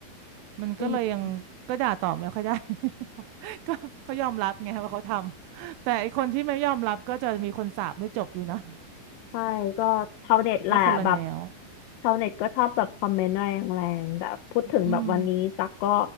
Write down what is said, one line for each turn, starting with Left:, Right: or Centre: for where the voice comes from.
Right: มันก็เลยยังก็ด่าตอบไม่ค่อยได้
Left: อืม
Right: <laughs> ก็เขายอมรับไงว่าเขาทำแต่ไอคนที่ไม่ยอมรับก็จะมีคนสาปไม่จบอยู่นะ
Left: ใช่ก็ชาวเน็ตแหละแบบ
Right: ก็คนละแนว
Left: ชาวเน็ตก็ชอบแบบคอมเมนต์แรงๆแบบพูดถึงแบบวันนี้ตักก็
Right: อืม